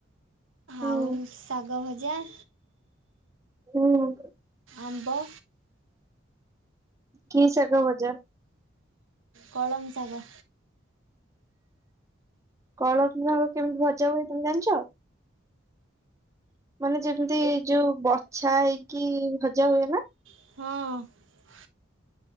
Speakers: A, on the right; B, on the right.
A: ହୁଁ।
B: ଆଉ ଶାଗ ଭଜ ଯାଏ।
A: ହୁଁ।
B: ଆମ୍ବ।
A: କି ଶାଗ ଭଜା।
B: କଳମ ସାଗ।
A: କଳମ। ସାଗ କେମିତି ଭଜା ହୁଏ ତମେ ଜାଣିଛ। ମାନେ ଯେମିତି ଯୋଉ ବଛା ହେଇକି ଭଜା ହୁଏ ନା।
B: ହଁ।